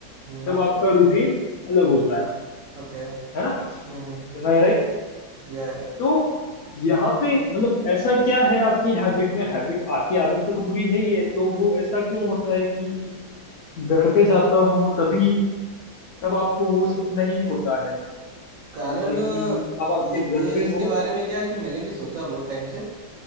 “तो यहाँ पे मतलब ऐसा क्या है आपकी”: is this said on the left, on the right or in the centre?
Left